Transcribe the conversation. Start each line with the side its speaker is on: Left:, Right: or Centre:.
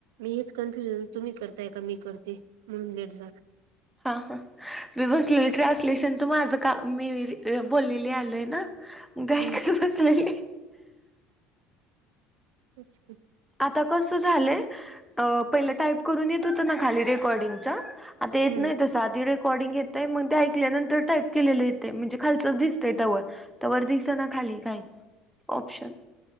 Right: मी हेच कन्फ्युज तुम्ही करताय का मी करते म्हणून लेट जाल.
Centre: हां हां. मी बसलेली ट्रान्सलेशनच माझ का मी बोललेली आलय ना. गाक
Right: हम्म
Centre: बास नाही.
Right: अच्छा.
Centre: आता कस झालय पहिल टाईप करून येत होत ना खाली रेकॉर्डिंगचा... आता येत
Right: हम्म
Centre: नाही तर साधरे.. अकॉर्डिंग येतय मग ते ऐकल्यानतर टाईप केलेल येते म्हणजे खालच दिसतय तवर. तर वर दिस ना खाली काहीच ऑप्शन.